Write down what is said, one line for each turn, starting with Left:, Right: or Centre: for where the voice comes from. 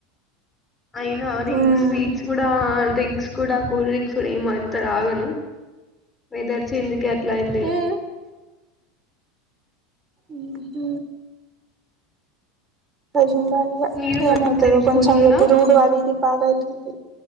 Left: అయినా నేన్
Right: హ్మ్
Left: స్వీట్స్ గూడా డ్రింక్స్ కూడ కూల్ డ్రింక్స్ కూడ ఏమ్ అంత తాగను వెదర్ చేంజ్ కి ఎట్లా అయింది
Right: హ్మ్ మ్ హు చూడాలిగా
Left: మీరు
Right: ఏమయితదో
Left: మరి రేపు
Right: కొంచెంఇగాతిరుగుడు
Left: స్కూల్ ఉందా
Right: అది ఇది బాగాయితుంది